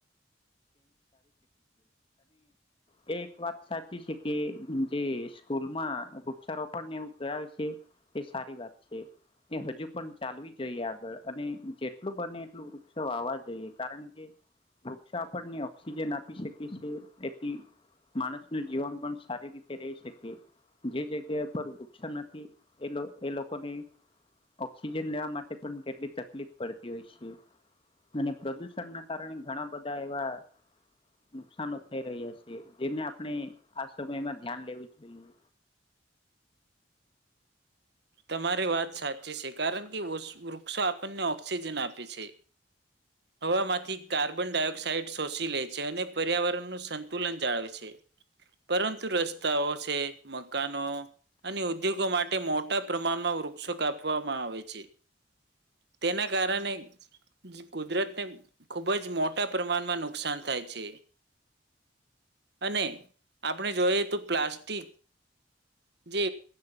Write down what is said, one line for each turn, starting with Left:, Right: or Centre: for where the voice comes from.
Left: છે. વાત સાચી છે કે જે સ્કૂલમાં વૃક્ષારોપણને એવું કરાવે છે એ સારી વાત છે એ હજુ પણ ચાલવી જોઈએ આગળ અને જેટલું બને એટલું વૃક્ષો વાવવા જોઈએ કારણ કે વૃક્ષો આપણને ઓક્સિજન આપી શકે છે એથી માણસનું જીવન પણ સારી રીતે રહી શકે જે જગ્યા પર વૃક્ષ નથી એ એ લોકોને ઓક્સિજન લેવા માટે પણ કેટલી તકલીફ પડતી હોય છે અને પ્રદુષણના કારણે ઘણા બધા એવા નુકસાનો થઈ રહ્યા છે. જેને આપણે આ સમયમાં ધ્યાન લેવું જોઈએ.
Right: તમારી વાત સાચી છે કારણ કે વૃક્ષો આપણને ઓક્સિજન આપે છે હવામાંથી કાર્બન ડાયોક્સાઇડ શોષી લે છે અને પર્યાવરણનું સંતુલન જાળવે છે પરંતુ રસ્તાઓ શે, મકાનો અને ઉદ્યોગો માટે મોટા પ્રમાણમાં વૃક્ષો કાપવામાં આવે છે તેના કારણે કુદરતને ખૂબ જ મોટા પ્રમાણમાં નુકસાન થાય છે અને આપણે જોઈએ તો પ્લાસ્ટિક જે